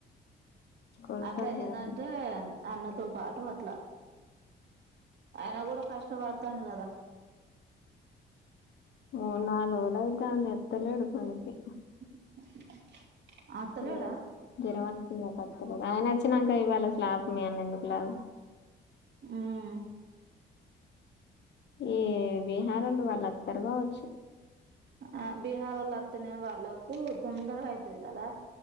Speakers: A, on the left; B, on the right.
A: కొలతలు
B: అట్లా ఏందంటే
A: కాదు
B: నాన్నతో పాటు అట్లా ఆయన గూడా కష్టపడతాండు గదా
A: ఓ నాలు వోల అయితే అంది ఎత్తలేడు మనకి
B: <inaudible> అత్తలేడా
A: జర జర వచ్చి ప ర ఆయన వచ్చినాక ఇవ్వాలి అసలు లాభమ అన్న ఎందుకులాభ
B: మ్
A: ఈ బీహారోల్లు వాళ్ళత్తరు కావచ్చు
B: ఆ బీహార్ వాల్లోత్తనే వాళ్ళకు తొందరగా అయితది గదా